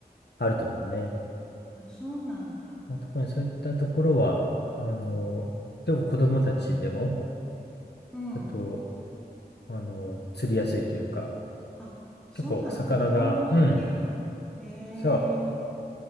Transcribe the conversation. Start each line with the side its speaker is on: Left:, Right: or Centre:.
Left: あると思うね。
Centre: あ、そうなんだ。
Left: まあ、特にそういったところは、あの、結構子供たちでも、
Centre: うん。
Left: あと、あの、釣りやすいというか、
Centre: あ、そうなんだ。
Left: 結構魚が、
Centre: 子供もできるんだ。
Left: うん、
Centre: へ
Left: そう、
Centre: え。